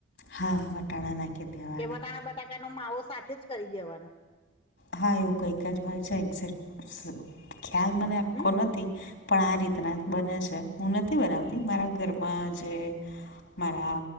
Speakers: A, on the left; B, on the left.
A: હા વટાણા નાખી દેવાના
B: કે વટાણા બટાકાનોો માવો સાથે જ કરી દેવાનો.
A: હા એવું કંઈક જ હોય છે એક્ઝે્ટ ખ્યાલ મને આખો
B: હમ
A: નથી. પણ આ રીતના બને છે હું નથી બનાવતી
B: હમ
A: મારા ઘરમાં જે મારા